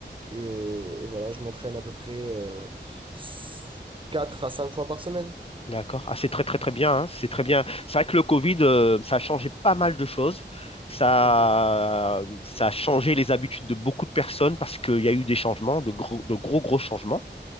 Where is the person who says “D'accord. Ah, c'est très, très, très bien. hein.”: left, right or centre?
Left